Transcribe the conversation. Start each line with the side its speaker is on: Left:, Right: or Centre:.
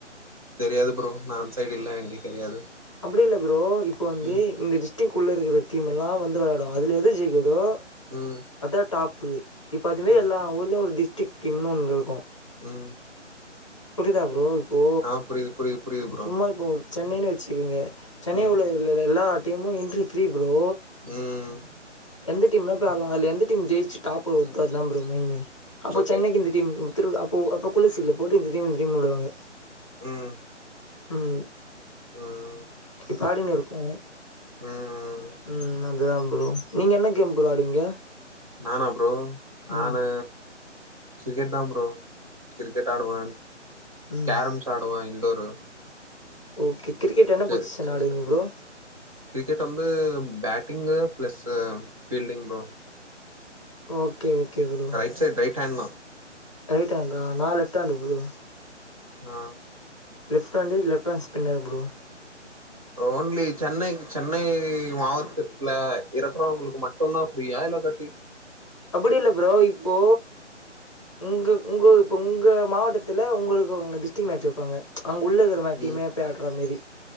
Right: தெரியாது ப்ரோ நா அந்த சைடு இல்ல <unintelligible> தெரியாது
Left: அப்டி இல்ல ப்ரோ இப்ப வந்து
Right: ம்
Left: இந்த டிஸ்ட்ரிக்குள்ள இருக்கற டீம் எல்லா வந்து வெளாடு அதுல எது ஜெயிக்குதோ
Right: ம்
Left: அதா டாப் இப்ப அது மாரி
Right: ம்
Left: எல்லா ஊர்லயு ஒரு டிஸ்டிக் டீம்னு ஒன்னு இருக்கு
Right: ம்
Left: புரிதா ப்ரோ இப்போ
Right: ஆ புரியுது புரியுது புரியுது ப்ரோ
Left: சும்மா இப்போ சென்னைன்னு வச்சுக்கோங்க சென்னை
Right: ம்
Left: உள்ள எல்லா டீமு என்ரி ஃப்ரீ ப்ரோ
Right: ம்
Left: எந்த டீம்னா போய் ஆட்லா அத்ல எந்த ஜெயிச்சு டாப் வருதோ அதா ஃப்ரோ மெயினு
Right: ஓகே
Left: சென்னைக்கு இந்த டீம் திருவிழ அப்போ அப்போ குலுசீட்ல போட்டு தெரியாம தெரியாம விடுவாங்க
Right: ம்
Left: ம்
Right: ம்
Left: இப்ப ஆடினு இருக்கு
Right: ம்
Left: ம் அதுதா ஃப்ரோ நீங்க என்ன கேம் ஃப்ரோ ஆடுவீங்க
Right: நானா ஃப்ரோ நானு
Left: ம்
Right: கிரிக்கெட் தா ப்ரோ கிரிக்கெட் ஆடுவ
Left: ம்
Right: கேரம்ஸ் ஆடுவ இன்டோரு
Left: ஓகே கிரிக்கெட என்ன
Right: செஸ்
Left: புசிச்சன்
Right: செஸ்
Left: ஆடுவிங்க
Right: ஆடுவே
Left: ஃப்ரோ
Right: கிரிக்கெட் வந்து batting plus fielding bro
Left: okay okay bro
Right: right side right hand தா
Left: ரைட் ஹாண்ட்ரா நா லெஃப்ட் ஹாண்டு் ஃப்ரோ
Right: ஆ
Left: left hand left hand spinner bro
Right: only Chennai Chennai மாவட்டத்துல இருக்குறவங்களுக்கு மட் சொன்னா ஃப்ரீயா இல்லா காட்டி
Left: அப்டி இல்ல ஃப்ரோ இப்போ உங்க உங்கோ ப்ப உங்க மாவட்டத்துல உங்களுக்கு டிஸ்ட்ரிக் மேட்ச் வப்பாங்க அங்க உள்ள இருக்கற மே டீமே
Right: ம்
Left: பேட்ற மேரி